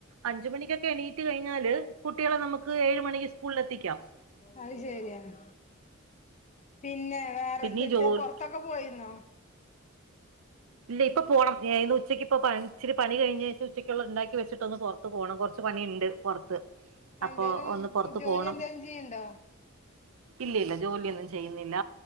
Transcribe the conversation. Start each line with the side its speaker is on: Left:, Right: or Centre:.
Right: അഞ്ച് മണിക്കൊക്കെ എണീറ്റ് കഴിഞ്ഞാല് കുട്ടികളെ നമുക്ക് ഏഴ് മണിക്ക് സ്കൂളില് എത്തിക്കാം
Left: അയ് ശരിയാണ് പിന്നെ വേറെ
Right: പിന്നെ
Left: എന്തൊക്കെ
Right: ഈ ജോലി
Left: പൊറത്തൊക്കെ പോയിന്നോ
Right: ഇല്ല ഇപ്പൊ പോണം ഇന്നുച്ചക്കിപ്പം പണി ഇിച്ചിരി പണി കഴിഞ്ഞ് ഉച്ചക്കൊള്ള ഉണ്ടാക്കി വെച്ചിട്ട് ഒന്ന് പൊറത്ത് പോണം കൊറ് പണിയണ്ട് പൊറത്ത് അപ്പൊ
Left: എന്തേലും
Right: ഒന്ന് പൊറത്ത്
Left: ജോലി
Right: പോണം
Left: എന്തേലും ചെയ്യണ്ടോ
Right: ഇല്ല ഇല്ല ജോലിയൊന്നും ചെയ്യുന്നില്ല